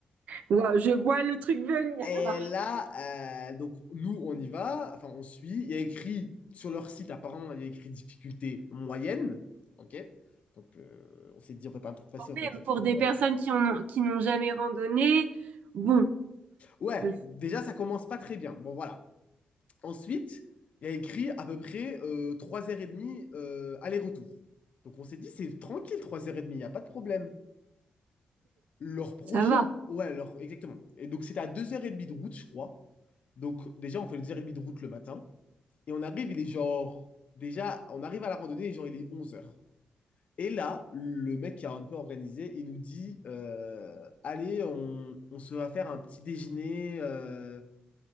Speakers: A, on the right; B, on the left.
A: Wow, je vois le truc venir
B: Et
A: là.
B: là, euh, donc nous, on y va, enfin, on suit. Il y a écrit sur leur site, apparemment, il y a écrit difficulté moyenne. OK? Donc, euh, on s'est dit, on fait pas un truc facile,
A: Bon, Même
B: on fait difficulté
A: pour des
B: moyenne.
A: personnes qui en ont, qui n'ont jamais randonné, bon,
B: Ouais,
A: ça,
B: déjà, ça commence pas très bien. Bon, voilà. Ensuite, il y a écrit à peu près euh, 3h30 euh, aller-retour. Donc, on s'est dit, c'est tranquille, 3h30, il n'y a pas de problème. Leur projet,
A: ça va.
B: en- ouais, leur... exactement. Et donc, c'était à 2h30 de route, je crois. Donc, déjà, on fait 2h30 de route le matin. Et on arrive, il est genre. Déjà, on arrive à la randonnée, et genre, il est onze heures. Et là, le mec qui a un peu organisé, il nous dit euh, Allez, on, on se va faire un petit déjeuner, euh,